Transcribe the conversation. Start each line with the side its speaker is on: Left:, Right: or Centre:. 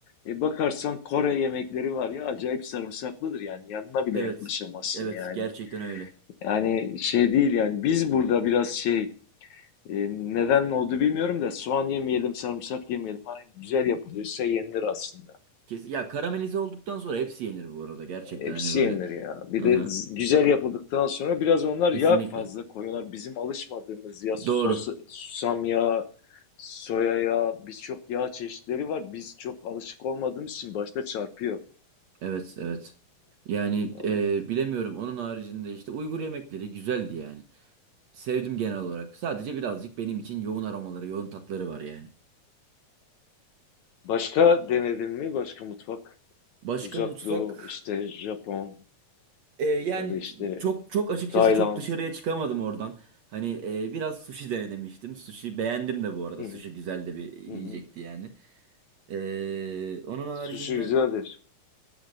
Left: e, bakarsan Kore yemekleri var ya acayip sarımsaklıdır yani yanına bile
Right: Evet.
Left: yaklaşamazsın
Right: Evet
Left: yani.
Right: gerçekten öyle.
Left: Yani şey değil yani biz burada biraz şey e, neden oldu bilmiyorum da soğan yemeyelim sarımsak yemeyelim. Ha, güzel yapılıyorsa yenilir aslında.
Right: Kes ya karamelize olduktan sonra hepsi yenir bu arada gerçekten
Left: Hepsi
Right: hani böyle.
Left: yenilir ya. Bir
Right: Hı
Left: de
Right: hı.
Left: z- güzel yapıldıktan sonra biraz onlar
Right: Kesinlikle.
Left: yağ fazla koyuyorlar. Bizim alışmadığımız ya sos,
Right: Doğru.
Left: susam yağı, soya yağı, birçok yağ çeşitleri var. Biz çok alışık olmadığımız için başta çarpıyor.
Right: Evet evet. Yani
Left: Aldık.
Right: e, bilemiyorum onun haricinde işte Uygur yemekleri güzeldi yani. Sevdim genel olarak. Sadece birazcık benim için yoğun aromaları, yoğun tatları var yani.
Left: Başka denedin mi? Başka mutfak?
Right: Başka
Left: Uzak
Right: mutfak
Left: Doğu, işte Japon
Right: e, yani
Left: ya da
Right: ç-
Left: işte
Right: çok çok açıkçası
Left: Tayland.
Right: çok dışarıya çıkamadım oradan. Hani e, biraz sushi denemiştim. Sushi beğendim de bu arada.
Left: Hı
Right: Sushi
Left: hı,
Right: güzel de bir yiyecekti
Left: hı hı.
Right: yani. Ee, onun haricinde
Left: Sushi güzeldir.